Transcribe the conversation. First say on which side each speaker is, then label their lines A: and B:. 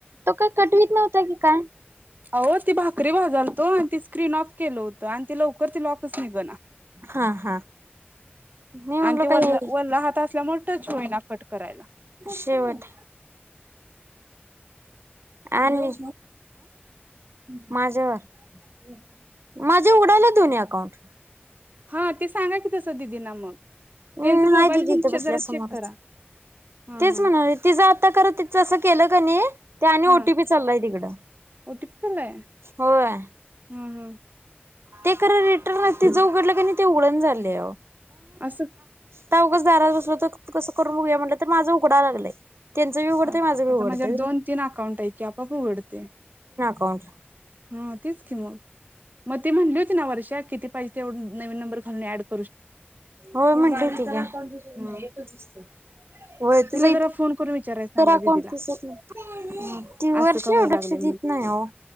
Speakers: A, on the right; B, on the right.
A: तो काय कटवीत नव्हता की काय
B: अहो ती भाकरी भाजालतो आणि ती स्क्रीन ऑफ केलं होतं आणि ती लवकर ती लॉकच निघाला
A: हा हा मी म्हणलो
B: आणि ते
A: काय
B: वल्ला
A: आहे
B: वल्ला हात असल्यामुळे टच होईना कट करायला
A: शेवट आणि माझ्यावर माझे उडाले दोन्ही अकाउंट
B: हा ते सांगा की तसं दिदींना मग त्यांच
A: हम्
B: मोबाईल
A: आहे दिदी
B: घेऊन
A: इथे बसल्या
B: चे जरा चेक
A: समोरच
B: करा हा
A: तेच
B: हा
A: म्हणाले ते ज करत तच असं केलं क नाही ते आणि ओटीपी
B: हा
A: चाललाय तिकडं
B: ओटीपी चाललाय
A: होय
B: हा हा
A: ते कराय रिटर्न ते ज उघडलं क नाही ते उघडन झाले
B: अससं
A: त्या उघच दारात बसल तर कसं करून बघया म्हटलं तर माझं उघडाय लागलंय त्यांचं बी उघडतंय
B: ह
A: माझं बी
B: आता
A: उघडतंय
B: म्हजे दोन तीन अकाउंट ऐ की आप उघडते
A: कोण
B: हा तेीच खी मग मग ते म्हणली होती ना वर्ष किती पाहिजे तेव नवीन नंबर घालून ड
A: हो म्हणते त
B: हा
A: वय तेच
B: तिला जरा फोन करून विचारायला सांगा
A: तर को
B: दिदीला
A: दिसत नाही ती वर्ष
B: असं का व्हायला
A: एव लक्ष
B: लागले
A: देत नाही हो